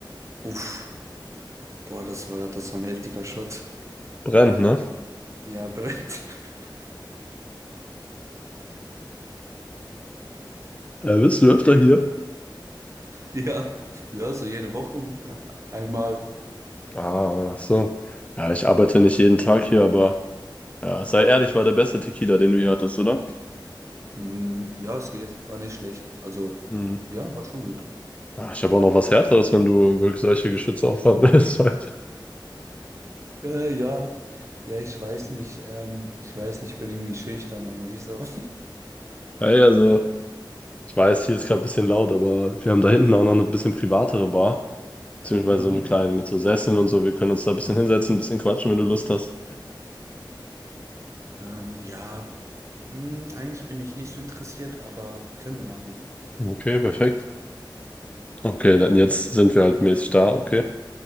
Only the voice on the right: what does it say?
Uff, boah, das war, das war ein heftiger Shot.
Ja, Brett. <laughs>
Ja, ja, so jede Woche ungefähr. Einmal.
Hm, Ja, es geht. War nicht schlecht. Also,
ja, war schon gut.
Ja, ja. Ja, ich weiß nicht. Ähm, ich weiß nicht, ich bin irgendwie schüchtern eigentlich so. <laughs>
Mhm.
Ähm, ja. Hm, eigentlich bin ich nicht so interessiert, aber können wir machen.